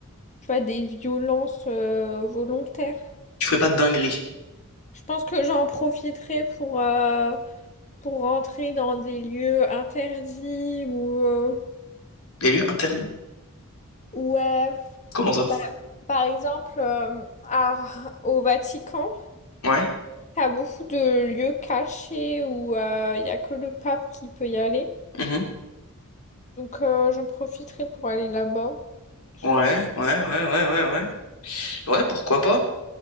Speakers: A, on the left; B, on the left.
A: tu vois, des violences euh, volontaires.
B: Tu ferais pas de dinguerie?
A: Je pense que j'en profiterai pour, euh, pour rentrer dans des lieux interdits ou... euh,
B: Des lieux interdits?
A: Ouais,
B: Comment ça?
A: Bah, par exemple, euh, à- au Vatican,
B: Ouais.
A: t'as beaucoup de lieux cachés où il n'y a que le pape qui peut y aller.
B: Mmh.
A: Donc, euh, j'en profiterai pour aller là-bas, je
B: Ouais,
A: pense.
B: ouais, ouais, ouais, ouais, ouais. Ouais, pourquoi pas?